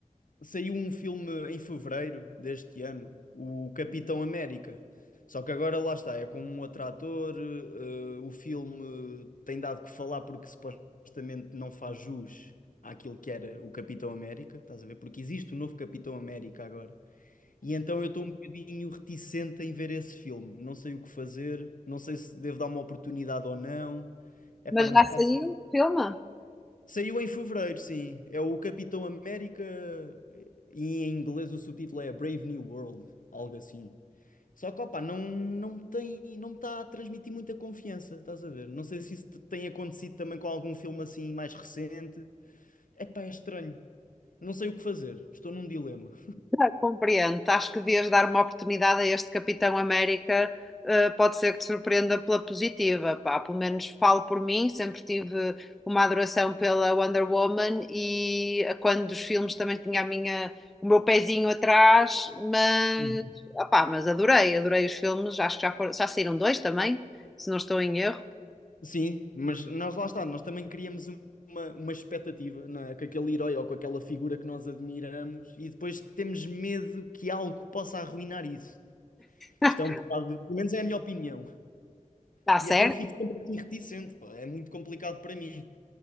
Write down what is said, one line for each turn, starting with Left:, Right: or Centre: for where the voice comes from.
Left: saiu um filme em fevereiro deste ano, o Capitão América. Só que agora lá está, é com um outro ator. eh, o filme tem dado que falar porque supostamente não faz jus àquilo que era o Capitão América, estás a ver? Porque existe o novo Capitão América agora. E então eu estou um bocadinho reticente em ver esse filme. Não sei o que fazer, não sei se devo dar uma oportunidade ou não. Epá,
Centre: Mas
Left: não
Centre: já
Left: faço
Centre: saiu o filme?
Left: Saiu em fevereiro, sim. É o Capitão América e em inglês o subtítulo é Brave New World, algo assim. Só que, opá, não, não me tem, não me está a transmitir muita confiança, estás a ver? Não sei se isso te- tem acontecido também com algum filme assim mais recente. Epá, é estranho. Não sei o que fazer. Estou num dilema.
Centre: Ah, Compreendo. Acho que devias dar uma oportunidade a este Capitão América. eh, pode ser que te surpreenda pela positiva, pá. Pelo menos falo por mim, sempre tive uma adoração pela Wonder Woman e a quando dos filmes também tinha a minha, o meu pezinho atrás, mas,
Left: Uhum.
Centre: opá, mas adorei, adorei os filmes. Acho que já foram, já saíram dois também, se não estou em erro.
Left: Sim, mas nós lá está, nós também criamos um- uma, uma expectativa, não é? Com aquele herói ou com aquela figura que nós admiramos e depois temos medo que algo possa arruinar isso.
Centre: <laughs>
Left: Isto é um bocado, pelo menos é a minha opinião.
Centre: Está
Left: E
Centre: certo?
Left: então eu fico sempre assim reticente, pá. É muito complicado para mim.